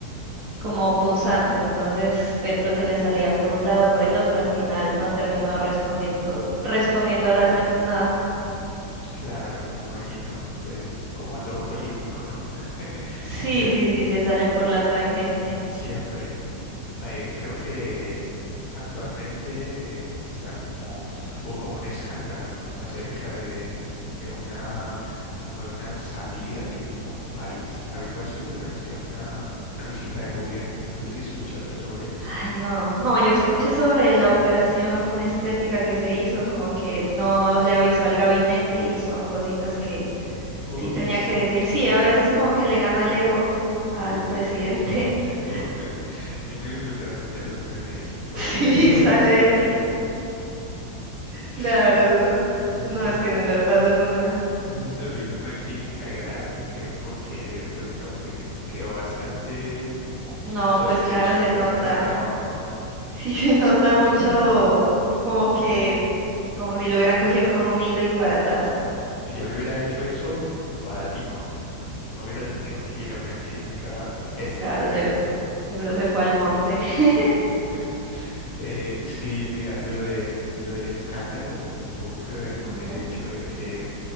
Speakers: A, on the right (about 55°); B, on the left (about 70°).
A: como punzante. Entonces Petro se le salía por un lado, por el otro, al final no terminó respondiendo, respondiendo realmente nada.
B: claro, imagino, pues como todo político, ¿no? <laughs>
A: Sí,
B: Intenta.
A: sí, sí, se salen por la tangente.
B: Siempre. Eh, creo que actualmente está como, hubo como un escándalo, ¿no? Acerca de, de una, como de una salida que tuvo en París, algo así, durante una, una visita de gobierno. No sé si escuchaste sobre eso.
A: Ay, no, no, yo escuché sobre la operación estética que se hizo, como que no le avisó al gabinete y son cositas que
B: Uy,
A: sí tenía
B: sí.
A: que decir. Sí, a veces como que le gana el ego al presidente.
B: <laughs>
A: <laughs>
B: Yo me disfruté bastante los memes sobre,
A: Sí,
B: sobre
A: sale
B: la cirugía.
A: ahí, claro.
B: <laughs> No sé
A: No,
B: si,
A: es que no le pasan una.
B: No sé si se lo hizo en una clínica de garaje o qué, porque, pues, hombre, quedó bastante como
A: No,
B: sospechosa
A: pues claro, se nota.
B: esa- ese trabajo.
A: <laughs> Sí, se nota mucho como que, como si lo hubieran cogido con un hilo y para atrás.
B: Si Yo le hubiera hecho eso baratico. No hubiera tenido que ir a una clínica estética.
A: Claro, se- seguro se fue al monte. <laughs>
B: <laughs> Eh, sí, mira, lo de, lo del escándalo tuvo que ver con
A: Ujú,
B: el hecho de que,